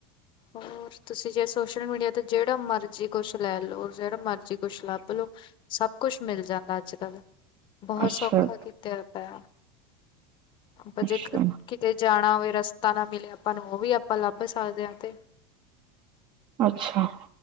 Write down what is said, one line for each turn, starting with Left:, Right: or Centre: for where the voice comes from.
Left: ਹ। ਹੋਰ ਤੁਸੀਂ ਜੇ ਸੋਸ਼ਲ ਮੀਡੀਆ ਤੇ ਜਿਹੜਾ ਮਰਜ਼ੀ ਕੁਛ ਲੈ ਲਓ ਜਿਹੜਾ ਮਰਜ਼ੀ ਕੁਛ ਲੱਭ ਲਓ। ਸਭ। ਕੁਛ ਮਿਲ ਜਾਂਦਾ ਅੱਜ ਕੱਲ੍ਹ, ਬਹੁਤ
Right: ਅੱਛਾ
Left: ਸੌਖਾ ਕੀਤਾ ਪ। ਬਜੇ
Right: ਅੱਛਾ
Left: ਕਿਤੇ ਜਾਣਾ ਹੋਵੇ ਰਸਤਾ ਨਾ ਮਿਲੇ ਆਪਾਂ ਨੂੰ ਉਹ ਵੀ ਆਪਾਂ ਲੱਭ ਸਕਦੇ ਹਾਂ ਤੇ
Right: ਅੱਛਾ।